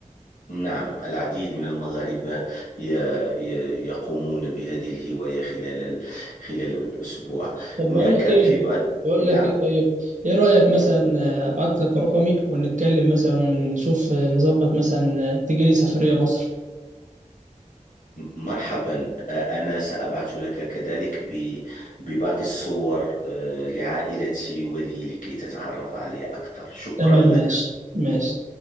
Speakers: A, on the left; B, on the right.
A: نعم العديد من المغاربة ي- ي- يقومون بهذه الهواية خلال ال- خلال الأسبوع
B: طب
A: هناك
B: بقول لك ايه
A: في بعض
B: بقول
A: نعم
B: لك ايه طيب ايه رأيك مثلا
A: مم.
B: آه، ابعت لك رقمي ونتكلم مثلا ونشوف آه، نظبط مثلا آه، تيجي لي سفرية مصر
A: مرحبا آه، أنا سأبعث لك كذلك ب- ببعض الصور آه، لعائلتي ولي لكي تتعرف علي أكثر شكرا
B: تمام
A: لك
B: ماشي ماشي